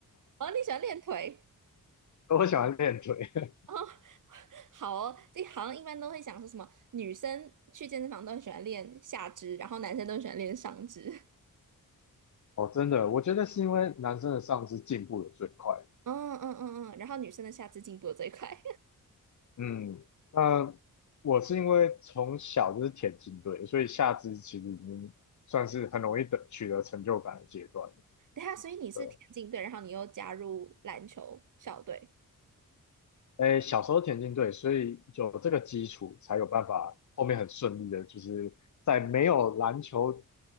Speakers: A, on the right; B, on the left.
A: 哦，你喜欢练腿
B: <laughs> 我喜欢练腿。
A: 哦，<laughs> 好哦，这好像一般都会讲说什么，女生去健身房都很喜欢练下肢，然后男生都很喜欢练上肢，
B: 哦，真的，我觉得是因为男生的上肢进步的最快。
A: <laughs> 嗯嗯嗯嗯，然后女生的下肢进步的最快。
B: 嗯，那我是因为从小就是田径队，所以下肢其实已经算是很容易得取得成就感的阶段。
A: <laughs> 等一下，所以你是田径队，
B: 对啊。
A: 然后你又加入篮球校队，
B: 诶，小时候田径队，所以有这个基础，才有办法后面很顺利的，就是在没有篮球、